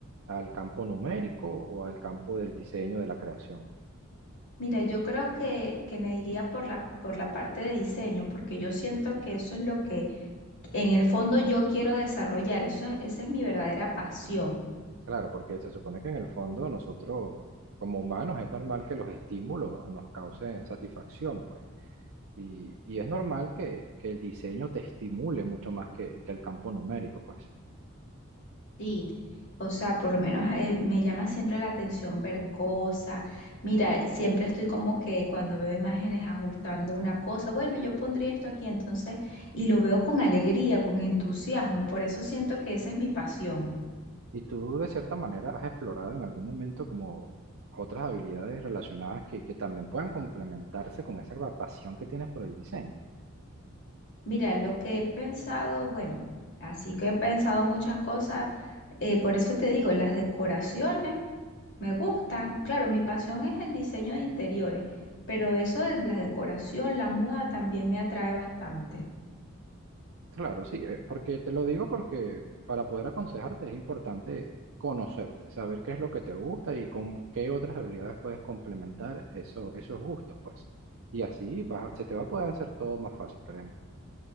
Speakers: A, on the right (about 65°); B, on the left (about 55°).
A: ¿Al campo numérico o al campo del diseño, de la creación?
B: Mira, yo creo que, que me iría por la, por la parte de diseño, porque yo siento que eso es lo que en el fondo yo quiero desarrollar, eso, es- esa es mi verdadera pasión.
A: Claro, porque se supone que en el fondo nosotros, como humanos, es normal que los estímulos nos causen satisfacción, pues. Y, y es normal que, que el diseño te estimule mucho más que, que el campo numérico, pues.
B: Sí, o sea, por lo menos eh, me llama siempre la atención ver cosas. Mira, siempre estoy como que cuando veo imágenes ajustando una cosa, bueno, yo pondría esto aquí entonces, y lo veo con alegría, con entusiasmo, por eso siento que esa es mi pasión.
A: Y tú, de cierta manera, has explorado en algún momento como otras habilidades relacionadas que, que también puedan complementarse con esa pasión que tienes por el diseño.
B: Mira, lo que he pensado, bueno, así que he pensado muchas cosas, eh, por eso te digo, las decoraciones me gustan. Claro, mi pasión es el diseño de interiores, pero eso de la decoración, la moda también me atrae bastante.
A: Claro, sí, eh, porque te lo digo porque para poder aconsejarte es importante conocerte, saber qué es lo que te gusta y con qué otras habilidades puedes complementar eso, esos gustos, pues. Y así vas a- se te va a poder hacer todo más fácil, créeme.